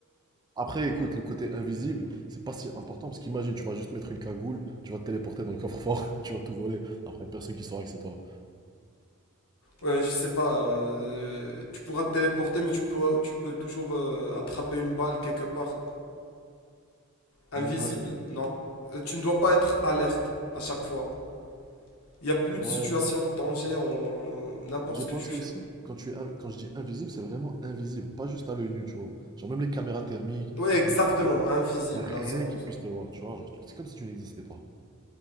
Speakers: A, on the right; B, on the left.
A: Après, écoute, le côté invisible, c'est pas si important parce qu'imagine, tu vas juste mettre une cagoule, tu vas te téléporter dans le coffre-fort, <laughs> tu vas tout voler. Après, y a personne qui saura que c'est toi.
B: Ouais, je sais pas. euh, tu pourras te téléporter, mais tu peux, tu peux toujours euh, attraper une balle quelque part. Invisible,
A: Ouais,
B: non. Euh, tu ne dois pas être alerte à chaque fois. Il n'y a plus
A: ouais.
B: de situation de danger en n'importe
A: J'ai
B: ce
A: pensé
B: que tu fais.
A: aussi. Quand tu es, in- quand je dis invisible, c'est vraiment invisible, pas juste à l'œil nu, tu vois. Genre même les caméras thermiques,
B: Ouais, exactement,
A: les trucs,
B: invisible
A: y a rien
B: à 100%.
A: qui puisse te voir, tu vois. Genre, c'est comme si tu n'existais pas.